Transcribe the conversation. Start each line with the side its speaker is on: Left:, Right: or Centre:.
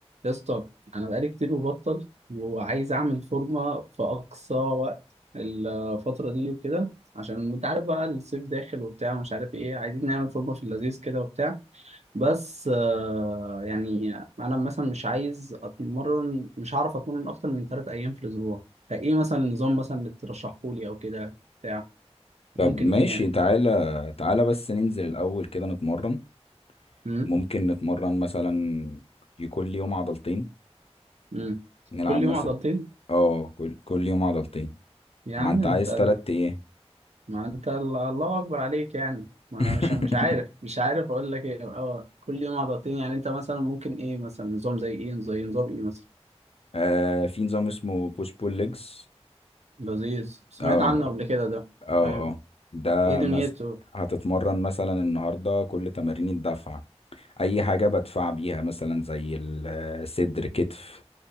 Right: يا اسطى انا بقالي كتير مبطل وعايز اعمل فورمه في اقصى وقت الفتره دي وكده عشان انت عارف بقى الصيف داخل وبتاع ومش عارف ايه عايزين نعمل فورمه في اللذيذ كده وبتاع بس آه، يعني انا مثلا مش عايز اتمرن مش هعرف اتمرن اكتر من ثلاث ايام في الاسبوع فايه مثلا النظام مثلا اللي ترشحه لي او كده بتاع ممكن
Left: طب ماشي
Right: ايه يعني
Left: تعالى تعالى بس ننزل الأول كده نتمرن
Right: امم
Left: ممكن نتمرن مثلا ي- كل يوم عضلتين
Right: امم
Left: نلعب
Right: كل
Left: مثلا
Right: يوم عضلتين
Left: اه كل كل يوم عضلتين
Right: يا
Left: ما
Right: عم
Left: انت
Right: انت
Left: عايز تلات ايه
Right: ما انت ال- الله اكبر عليك يعني ما
Left: <laughs>
Right: انا مش مش عارف مش عارف اقول لك ايه اه كل يوم عضلتين يعني انت مثلا ممكن ايه مثلا نظام زي ايه زي نظام ايه مثلا
Left: آه في نظام اسمه بوش بول ليجز
Right: لذيذ سمعت
Left: اه
Right: عنه قبل كده ده
Left: اه
Right: فاهم
Left: اه ده
Right: ايه دنيته
Left: مس... هتتمرن مثلا النهاردة كل تمارين الدفع أي حاجة بدفع بيها مثلا زي الصدر كتف